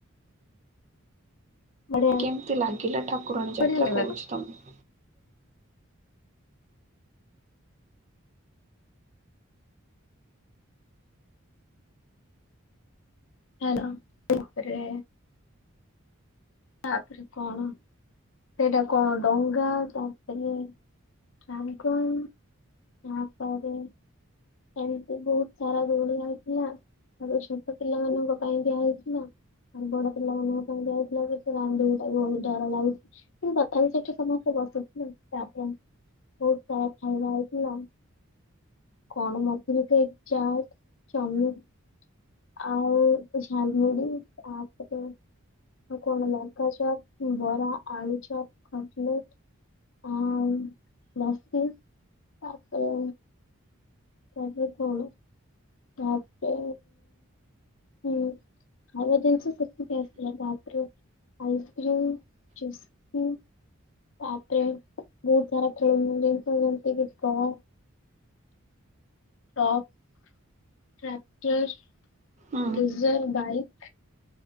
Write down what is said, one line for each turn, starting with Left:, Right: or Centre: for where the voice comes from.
Left: ବଢିଆ
Right: କେମତି ଲାଗିଲା ଠାକୁରାଣୀ ଯାତ୍ରା
Left: ବଢିଆ ଲାଗିଲା
Right: କହୁଛି
Left: ତ
Right: ତମକୁ।
Left: ହେଲାରେ। ତାପରେ କଣ ସେଇଟା କଣ ଡଙ୍ଗା ତାପରେ ରାମଗଜ ତାପରେ ଏମିତି ବହୁତ ସାରା ଦଉଣ ହେଇଥିଲା। ତାବେ ଛୋଟ ପିଲାମାନଙ୍କ ପାଇଁ ଦିଆ ହେଇଥିଲା ଆଉ ବଡ ପିଲାମାନଙ୍କ ପାଇଁ ଦିଆଯଇଥିଲା। ରାମଦେବ ତାକୁ ବହୁତ ଡର ଲାଗୁଛି କିନ୍ତୁ ତଥା ବିି ସେଠି ସମସ୍ତେ ବସୁଥିଲେ ତାପରେ ହଉ ତାଖାଇବା ହେଇଥିଲା। <unintelligible> ଆଉ ଝାଲମୁଢି ତାପେରେ କଣ ଲଙ୍କା ବରା ଆଳୁଚପ ଖଟଲେଟ, ଆଉ ଲସି ତାପରେ ତାପରେ କଣ? ଆପ ହଁ ଖା ଖାଇବା ଜିନିଷ ବାପରେ ଆଇସ୍କ୍ରିମ୍ ଚୁସ୍ କୁ। ତାପରେ ବହୁତ ସାରା ଖେଳୁନ ଜିନିଷ ଯେମତି କିଛି କହ। ଟପ ଟ୍ରାକ୍ଟର
Right: ଉଁ
Left: ଗଡିଜର ବାଇକ୍